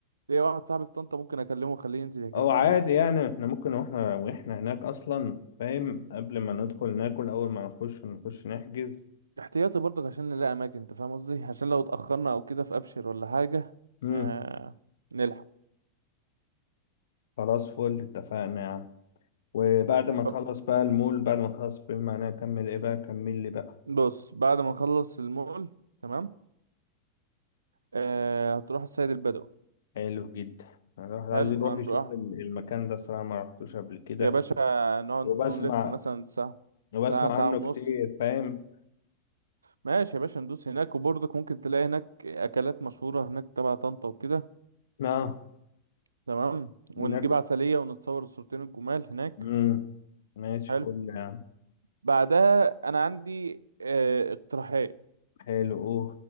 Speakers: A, on the right; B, on the left.
A: ليا واحد صاعبي في طنطا ممكن اكلمه اخليه ينزل يحجز
B: او عادي
A: لنا عادي
B: يعني احنا ممكن واحنا واحنا هناك اصلا فاهم قبل ما ندخل ناكل اول ما نخش نخش نحجز
A: احتياطي برضك عشان نلاقي اماكن انت فاهم قصدي عشان لو اتاخرنا او كده في ابشر ولا حاجة
B: امم
A: آه نلحق
B: خلاص فل اتفقنا يا عم وبعد ما نخلص
A: أو.
B: بقى المول بعد ما نخلص فيلم انا اكمل ايه بقى كمل لي بقى
A: بص بعد ما نخلص المول تمام آه هتروح السيد البدوي
B: حلو جدا الواحد عايز
A: حلو
B: يروح
A: هنروح
B: يشوف ال- المكان ده صراحة ما رحتوش قبل كده
A: يا باشا نقعد
B: وبسمع
A: نلف مثلا ساعة
B: وبسمع
A: ساعة ساعة
B: عنه
A: ونص
B: كتير فاهم
A: ماشي يا باشا ندوس هناك وبرضك ممكن تلاقي هناك أكلات مشهورة هناك تبع طنطا وكده
B: اه
A: تمام
B: ناكل
A: ونجيب عسلية ونتصور الصورتين الجمال هناك
B: امم ماشي
A: حلو
B: فل يعني
A: بعدها انا عندي آه، اقتراحات
B: حلو اوه